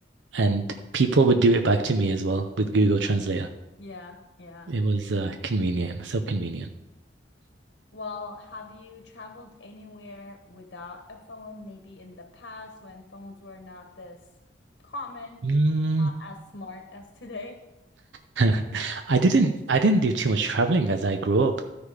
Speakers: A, on the right; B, on the left.
A: and people would do it back to me as well with Google Translator.
B: Yeah, yeah.
A: It was uh, convenient, so convenient.
B: Well, have you traveled anywhere without a phone, maybe in the past when phones were not this common,
A: Mm.
B: not as smart as today?
A: <laughs> I didn't I didn't do too much traveling as I grew up,